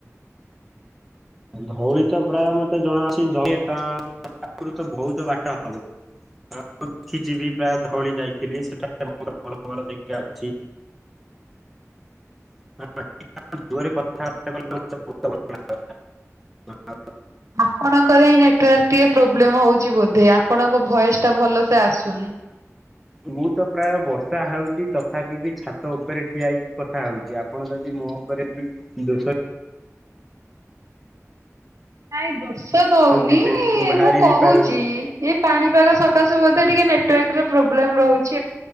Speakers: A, in the centre; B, on the right (about 70°).
A: ଧଉଳି ତ ପ୍ରାୟ ମତେ ଜଣା ଅଛି। ଆଗରୁ ତ ବହୁତ ବାଟ ହବ ମୁ ଦେଖିଛିବି ପ୍ରାୟତଃ ଓଳି ଯାଇଥିଲି ସେଠାରେ ଭଲ ଭଲ ଜେଗା ଅଛି। <unintelligible>
B: ଆପଣଙ୍କର ହିଁ ନେଟୱାର୍କ ଟିକେ ପ୍ରୋବ୍ଲେମ ହଉଛି ବୋଧେ ଆପଣଙ୍କ ଭଏସ ଟା ଭଲସେ ଆସୁନି।
A: ମୁଁ ତ ପ୍ରାୟ ବର୍ଷା ହଉଛି ତଥାପି ବି ଛାତ ଉପରେ ଠିଆଇକି କଥା ହଉଛି ଆପଣ ଯଦି ମୋ ଉପରେ ବି ଦୋଷ
B: ଆଇବ୍ରୋ। ସେ ଦଉନି
A: ବି ସେ ବାହାରି
B: ମୁଁ କହୁଛି
A: ବି ପାରୁନି।
B: ଏଇ ପାଣିପାଗ ସକାଶୁ ବୋଧେ ଟିକେ ନେ ଟେକ ର ପ୍ରୋବ୍ଲେମ ରହୁ